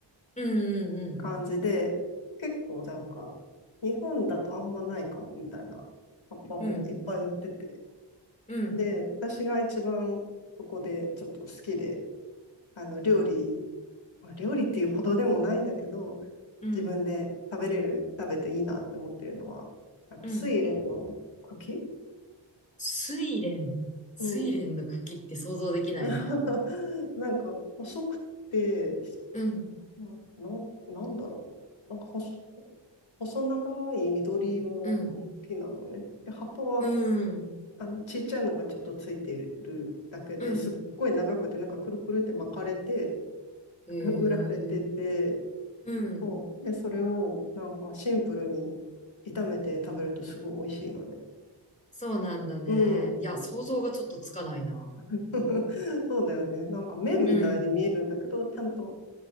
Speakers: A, on the left; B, on the left.
A: うん、うん、
B: 感じで、結構なんか、日本だとあんまないかもみたいな葉っぱもいっぱい売ってて。
A: うん、うん、うん、
B: で、私が一番そこでちょっと好きで、あの、料理、料理っていうほどでもないんだけど、
A: うん、
B: 自分で食べれる、食べていいなって思ってるのは、なんか、
A: うん。
B: 睡蓮の茎
A: 睡蓮。睡蓮の茎って想像できないな。
B: うん。<laughs> なんか、細くて、
A: うん、
B: な、なんなんだろうな。なんか細、細長い緑色の茎なのね。
A: うん、
B: で、葉っぱは、
A: うん、
B: あの、ちっちゃいのがちょっとついてるだけですっごい長くて、
A: うん。
B: なんかくるくるって巻かれて、
A: へ
B: <laughs> 売られてて、
A: え。うん。
B: そう。で、それをなんかシンプルに炒めて食べるとすごい美味しいのね。
A: そうなんだね。
B: うん。
A: いや、想像がちょっとつかないな。
B: <laughs> そうだよね。なんか麺みたいに見えるんだけど、
A: うん。
B: ちゃんと